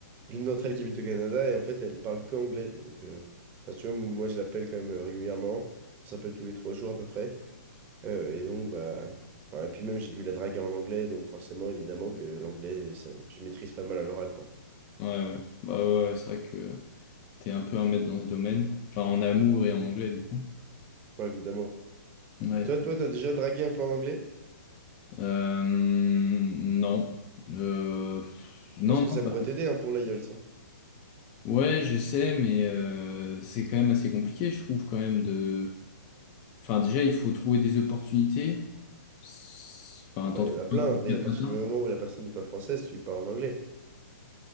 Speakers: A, on the right; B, on the left.
A: l'une d'entre elles qui habite au Canada, et en fait, elle parle qu'anglais. Donc, euh, enfin, si tu vois, moi, je l'appelle quand même euh, régulièrement. On s'appelle tous les trois jours à peu près. Euh, et donc, bah, enfin, et puis même, j'ai dû la draguer en anglais, donc forcément, évidemment, que l'anglais, euh, ça- je maîtrise pas mal à l'oral, quoi.
B: Ouais, ouais. Bah, ouais, ouais, c'est vrai que t'es un peu un maître dans ce domaine. Enfin, en amour et en anglais, du coup.
A: Ouais, évidemment.
B: Ouais.
A: Toi, toi, t'as déjà dragué un peu en anglais?
B: Euh, non. Euh, non,
A: Je pense que ça
B: non. bah,
A: pourrait t'aider hein, pour l'aïeul,
B: ouais, j'essaie, mais euh, c'est quand même assez compliqué, je trouve, quand même, de... Enfin, déjà, il faut trouver des opportunités. S- Enfin,
A: Bah,
B: t'en trouves
A: il y en a plein.
B: pas tous
A: Dès
B: les
A: à
B: quatre
A: partir
B: matins.
A: du moment où la personne n'est pas française, tu parles en anglais.